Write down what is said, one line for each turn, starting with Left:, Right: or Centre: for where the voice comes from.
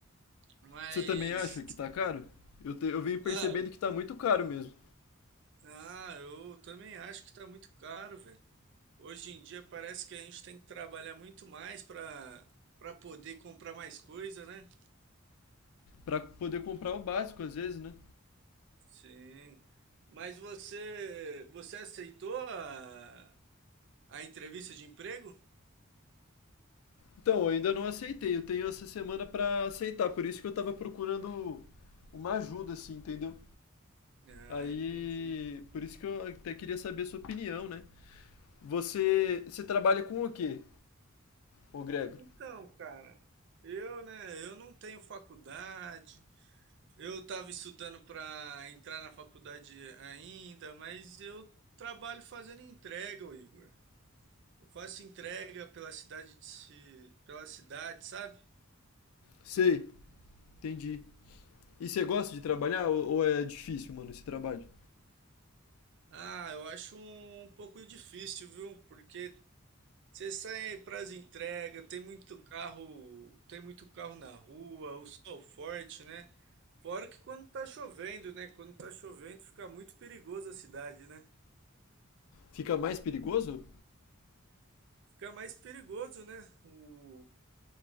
Right: Mas
Left: Você também acha que tá caro? Eu, te- eu venho percebendo
Right: Ah, eu,
Left: que tá muito caro mesmo.
Right: ah, eu também acho que tá muito caro, velho. Hoje em dia parece que a gente tem que trabalhar muito mais para para poder comprar mais coisa, né?
Left: Pra poder comprar o básico, às vezes, né?
Right: Sim. Mas você você aceitou a, a entrevista de emprego?
Left: Então, eu ainda não aceitei. Eu tenho essa semana pra aceitar. Por isso que eu tava procurando uma ajuda, assim, entendeu?
Right: Ah,
Left: Aí.
Right: entendi.
Left: Por isso que eu até queria saber a sua opinião, né? Você. Você trabalha com o quê, ô Gregor?
Right: Então, cara, eu, né, eu não tenho faculdade. Eu estava estudando para entrar na faculdade ainda, mas eu trabalho fazendo entrega, ô Igor. Eu faço entrega pela cidade de, si- pela cidade, sabe?
Left: Sei, entendi. E você gosta de trabalhar ou, ou é difícil, mano, esse trabalho?
Right: Ah, eu acho um, um pouco difícil, viu? Porque você sai para as entregas, tem muito carro, tem muito carro na rua, o sol forte, né? Fora que quando tá chovendo, né? Quando tá chovendo fica muito perigoso a cidade, né?
Left: Fica mais perigoso?
Right: Fica mais perigoso, né? O,